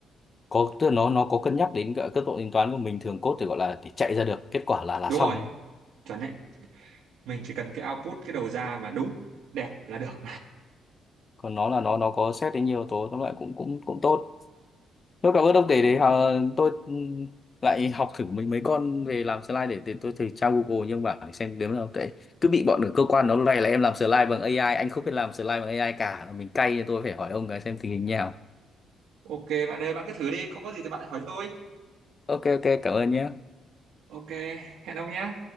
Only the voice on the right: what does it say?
đúng
rồi
chuẩn đấy mình chỉ cần cái output cái đầu ra mà đúng đẹp là được
Ồ,
ok bạn ơi bạn cứ thử đi không có gì thì bạn lại hỏi tôi
ok hẹn ông nhé